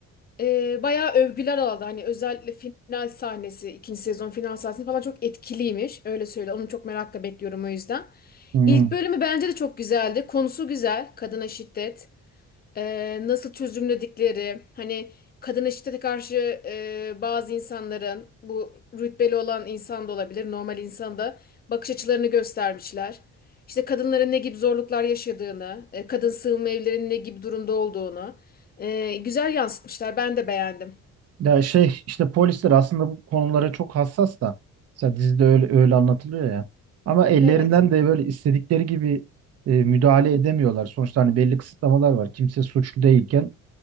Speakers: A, on the left; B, on the right.
A: E, bayağı övgüler aldı. Hani özellikle final sahnesi, ikinci sezon final sahnesi falan çok etkiliymiş. Öyle söyle. Onu çok merakla bekliyorum o yüzden.
B: Hmm.
A: İlk bölümü bence de çok güzeldi. Konusu güzel. Kadına şiddet. e, nasıl çözümledikleri, hani kadına şiddete karşı e, bazı insanların, bu rütbeli olan insan da olabilir, normal insan da bakış açılarını göstermişler. İşte kadınların ne gibi zorluklar yaşadığını, e, kadın sığınma evlerinin ne gibi durumda olduğunu e, güzel yansıtmışlar. Ben de beğendim.
B: Ya şey işte polisler aslında bu konulara çok hassas da. Mesela dizide öyle, öyle anlatılıyor ya. Ama ellerinden
A: Evet.
B: de böyle istedikleri gibi e, müdahale edemiyorlar. Sonuçta hani belli kısıtlamalar var. Kimse suçlu değilken